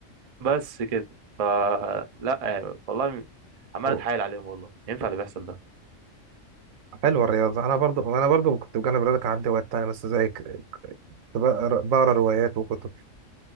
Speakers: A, on the right; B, on the right.
A: بس كده فلا يعني والله عمال
B: هو-
A: اتحايل عليهم والله ينفع اللي بيحصل ده
B: حلوه الرياضه انا برضو انا برضو كنت بجانب الرياضه كان عندي هوايات تانية بس زيك كنت بقرا بقرا روايات وكتب